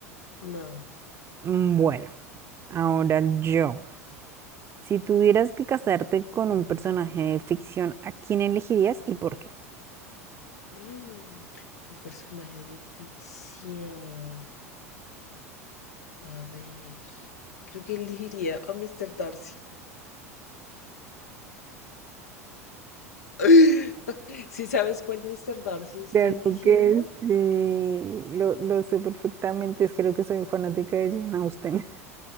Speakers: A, on the left; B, on the right.
A: no.
B: Mm, Bueno, ahora yo. Si tuvieras que casarte con un personaje de ficción, ¿a quién elegirías y por qué?
A: Mm, un personaje de ficción. A ver, creo que elegiría a Mr. Darcy. <laughs> Si sabes cuál Mr. Darcy estoy
B: Claro
A: diciendo,
B: que sí, lo, lo sé perfectamente, es creo que soy fanática de Jane Austen. <laughs>